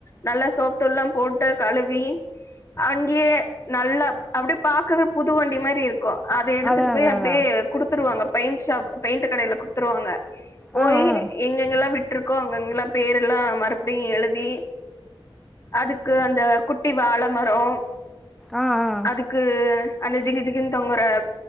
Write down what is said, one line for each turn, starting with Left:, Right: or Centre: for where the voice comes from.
Left: நல்லா சோப்புத்தூல்லாம் போட்டு கழுவி அங்கயே நல்லா அப்டியே பாக்கவே புது வண்டி மாரி இருக்கு அத எடுத்துட்டு
Centre: அதான்
Left: போய்
Centre: அதான்
Left: அப்டியே
Centre: அதான்
Left: குடுத்துருவாங்க பெயிண்ட்ஷாப் பெயிண்ட் கடேல குடுத்துருவாங்க போயி
Centre: ஆ ஆ
Left: எங்கெங்கெல்லா விட் விட்ருக்கோ அங்கங்கெல்லா பேர் எல்லா மறுபடியு எழுதி அதுக்கு அந்த குட்டி வாழ மரோ
Centre: ஆ ஆ
Left: அதுக்கு அந்த ஜிகி ஜிகின்னு தொங்குற